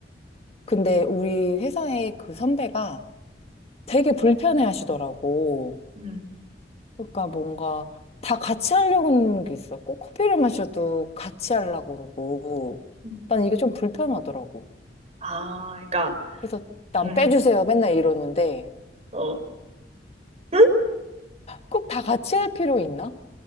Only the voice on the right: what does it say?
음.
음.
아, 그러니까,
음,
어, 응?